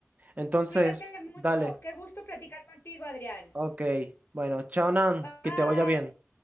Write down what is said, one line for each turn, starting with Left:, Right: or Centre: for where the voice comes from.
Right: Entonces,
Left: Cuídate mucho.
Right: dale.
Left: Qué gusto platicar contigo, Adrián.
Right: Ok. Bueno, chao, Nan,
Left: Bye.
Right: que te vaya bien.